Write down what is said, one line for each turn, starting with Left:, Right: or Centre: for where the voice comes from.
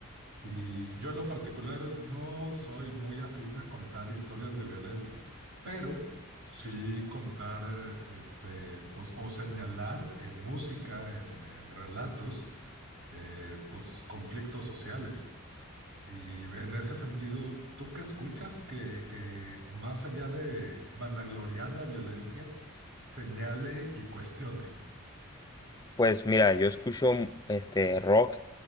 Right: Y yo en lo particular no soy muy afín a contar historias de violencia, pero sí contar, eh, este, pues, o señalar en música, en, en relatos, eh, pues conflictos sociales. Y en ese sentido, ¿tú qué escuchas que, que más allá de vanagloriar la violencia, señale y cuestione?
Left: Pues mira, yo escucho mm, este rock